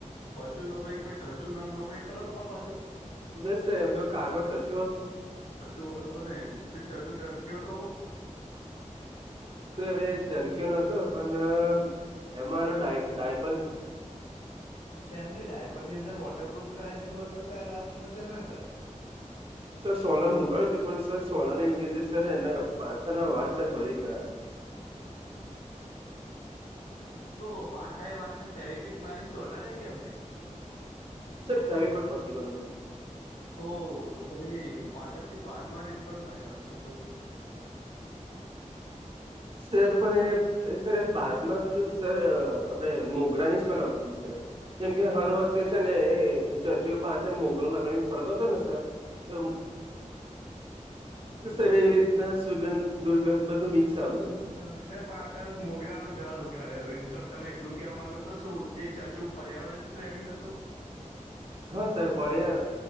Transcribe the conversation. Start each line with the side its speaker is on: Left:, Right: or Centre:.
Left: બચું નો ભાઈ કોઈ ગચુ નામ ન કોઈ ખરો તમાર બાજુ
Right: ના સાહે એમનો કાગો જ હચુ
Left: ચાચો હતો ને પણ ચાચો ચાર કયો હતો
Right: અરે ઝરક્યો ન હતો પણ એમાં એનો ડાયટ ડાયટ
Left: એમ નહી ડાયપર ની અંદર વોટરપ્રુફ કરાવી દીધું હતું તો સાહેબ આ સમસ્યા ના હતા
Right: સર સોલર મુકાય્યું તું પણ સર સોલાર લીધે સર એના પાછા ના વાર સર ભરી ગયા
Left: તો પાછા એ વારને ફેવી કિક મારીને ચોટાડે કેમ એમ નઈ
Right: સર ફેવી કોલ પતી ગયું
Left: ઓ તમે પાછળથી પાદ મારીને પણ લગાવી શકો છો
Right: સર પણ એ સર પાદમાં કસુ સર આપડે મોગરા ની જ પણ આવતી તું સર કેમ
Left: હા
Right: કે
Left: તો તમે
Right: હર વખતે છે ને એ
Left: હમ.
Right: ચચુ પાચ મોગરો લાગડી ફરતો હતો ને સર તમ સર એવી રીતના સુગંધ
Left: એટલે
Right: દુર્ગંધ બધું
Left: એટલે
Right: મિક્સ
Left: હું
Right: આવે
Left: સમજી ગયોને પણ આ સાથે મોગરાનું ઝાડ ઉઘાડે હતું ઇન શોર્ટ તમે એટલું કેવા માંગો તો શું એ ચાચું પર્યાવરણ પ્રેમી હતું
Right: હા સર પર્યા